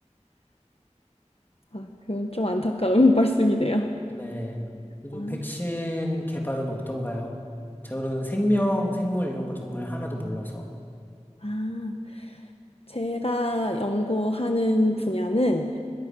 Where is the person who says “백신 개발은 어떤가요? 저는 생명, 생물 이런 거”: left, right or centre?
Left